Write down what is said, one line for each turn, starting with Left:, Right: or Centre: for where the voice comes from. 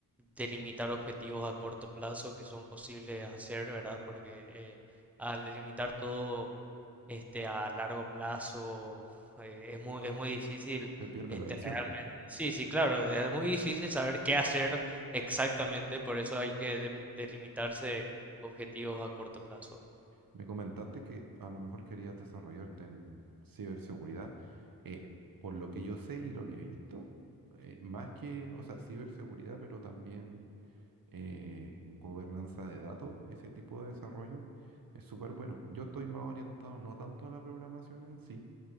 Centre: delimitar objetivos a corto plazo que son posibles de hacer, ¿verdad? Porque eh, al delimitar todo este, a largo plazo eh, es muy, es muy difícil
Right: Se pierde
Centre: este,
Right: la visión.
Centre: realmente. Sí, sí, claro, es muy difícil saber qué hacer exactamente, por eso hay que demi- delimitarse objetivos a corto plazo.
Right: Me comentaste que a lo mejor querías desarrollarte en ciberseguridad. Eh, por lo que yo sé y lo que he visto, eh, más que, o sea, ciberseguridad, pero también eh, gobernanza de datos, ese tipo de desarrollo, es súper bueno. Yo estoy más orientado no tanto a la programación en sí